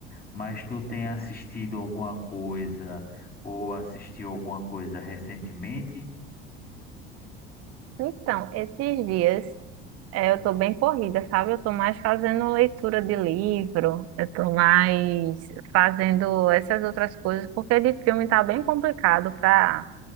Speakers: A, on the left; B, on the right.
A: Mas tu tem assistido alguma coisa ou assistiu alguma coisa recentemente?
B: Então, esses dias eh, eu tô bem corrida, sabe? Eu tô mais fazendo leitura de livro, eu tô mais fazendo essas outras coisas, porque de filme tá bem complicado pra,